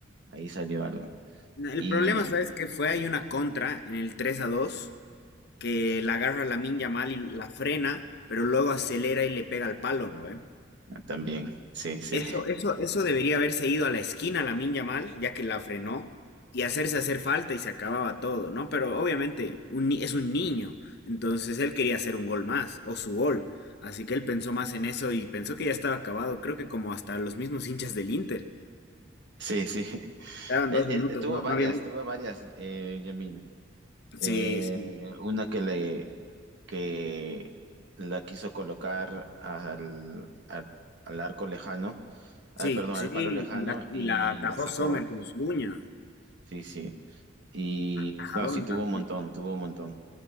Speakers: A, on the right (about 60°); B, on the left (about 55°).
A: ahí salió algo.
B: El
A: Y
B: problema, ¿sabes qué fue? Hay una contra en el 3 a 2 que la agarra Lamine mal y la frena, pero luego acelera y le pega al palo, ¿no ve?
A: también, sí, sí,
B: Eso, eso, eso debería haberse ido a la esquina Lamin Yamal, ya que la frenó, y hacerse hacer falta y se acababa todo, ¿no? Pero obviamente un ni- es un niño, entonces él quería hacer un gol más, o su gol. Así que él pensó más en eso y pensó que ya estaba acabado, creo que como hasta los mismos hinchas del Inter.
A: sí, sí. <laughs>
B: Quedaban
A: Él,
B: dos minutos,
A: él tuvo
B: no, no
A: varias,
B: había mucho.
A: tuvo varias, eh, Yamil. Eh,
B: Sí, sí,
A: una que le que la quiso colocar al, al al arco lejano
B: sí,
A: al- perdón,
B: sí,
A: al palo lejano
B: y la, y
A: y
B: la atajó
A: la sacó.
B: Sommer con su uña.
A: Sí, sí. Y
B: Atajadón
A: no, sí, tuvo
B: también.
A: un montón, tuvo un montón.